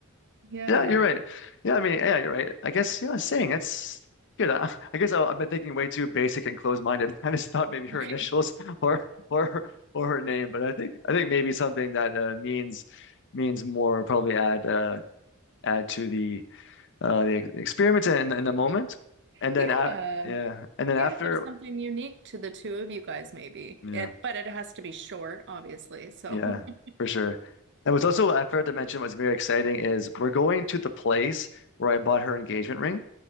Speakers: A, on the right; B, on the left.
A: yeah
B: Yeah, you're right. Yeah, I mean, yeah, you're right. I guess yeah, saying that's good. I, I guess I, I've been thinking way too basic and closed-minded. <laughs> I just thought maybe her
A: okay
B: initials <laughs> or or her- or her name, but I think I think maybe something that uh, means means more probably add uh, add to the uh, the ex- experience in, in the moment, and
A: yeah
B: then a yeah, and then
A: yeah
B: after,
A: if there's something unique to the two of you guys maybe
B: yeah,
A: it but it has to be short obviously so
B: yeah,
A: <laughs>
B: for sure. And what's also I forgot to mention what's very exciting is we're going to the place where I bought her engagement ring.